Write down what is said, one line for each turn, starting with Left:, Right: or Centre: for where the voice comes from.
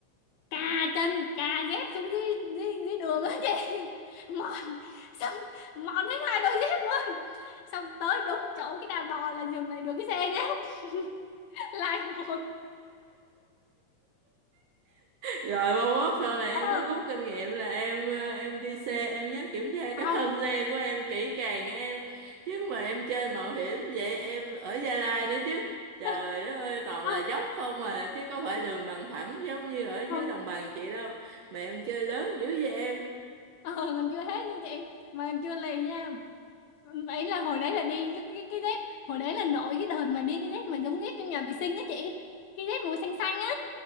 Left: cà chân cà dép xuống dưới dưới, dưới đường á chị <laughs> mòn xong mòn hết hai đôi dép luôn xong tới đúng chỗ cái đàn bò là dừng lại được cái xe nhá <laughs> lại hồi
Right: Rồi mai mốt sau này
Left: ờ,
Right: em có rút kinh nghiệm là em ờ, em đi xe em nhớ kiểm tra cái
Left: không
Right: phanh xe của em kỹ càng nha em chứ mà em chơi mạo hiểm vậy em ở Gia Lai nữa chứ trời
Left: <laughs>
Right: đất ơi toàn
Left: không
Right: là dốc không à chứ có
Left: ờ,
Right: phải đường bằng phẳng giống như ở dưới
Left: không
Right: đồng bằng chị đâu mà em chơi lớn dữ vậy em
Left: ờ, còn chưa hết nha chị mà còn chưa lì nha ấy là hồi đấy là đi cái cái, cái dép hồi đấy là nổi cái đợt mà đi cái dép mà giống dép trong nhà vệ sinh á chị cái dép màu xanh xanh á